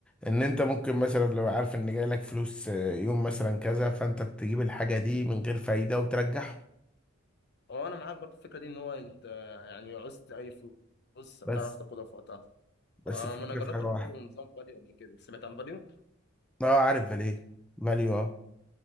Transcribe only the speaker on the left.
اه انا معاك برضو الفكره دي ان هو انت آه، يعني عوزت اي فلوس تعرف
تاخدها في وقتها
آه،
ما انا جربت
برضو نظام فاديو قبل كده سمعت عن فاديو